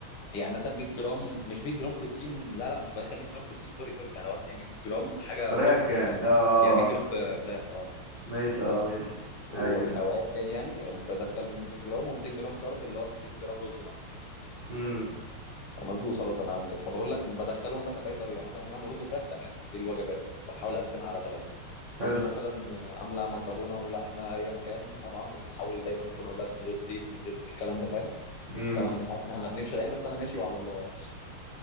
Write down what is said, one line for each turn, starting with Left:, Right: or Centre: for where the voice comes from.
Left: يعني مثلا 100 جرام مش 100 جرام بروتين لا لا مش بدخل 100 جرام بروتين سوري سوري انا قصدي 100 جرام حاجه
Right: فراخ
Left: سورس بروتين
Right: يعني اه
Left: يعني 100
Right: آه.
Left: جرام ب- فراخ اه
Right: ماشي
Left: فاهم
Right: اه ماشي
Left: قصدي و-
Right: ايوه
Left: او
Right: ايوه
Left: ايا كان يعني بدخل منهم 100 جرام و200 جرام كارب اللي هو 200 جرام رز مثلا
Right: امم
Left: فاهم قصدي وسلطه معاهم وكده فبقول لك بدخلهم مثلا باي طريقه مثلا امي عامله رز وفراخ تمام دي الوجبات واحاول اقسمها على ثلاث
Right: حلو
Left: امي مثلا عامله مكرونه ولحمه ايا كان طبعا بس بحاول دايما اكون اقول لها من غير زيت من غير الكلام ده فاهم
Right: امم
Left: طبعا انت عارف ان احنا بنفشل يعني بس انا ماشي وعلى الله يعني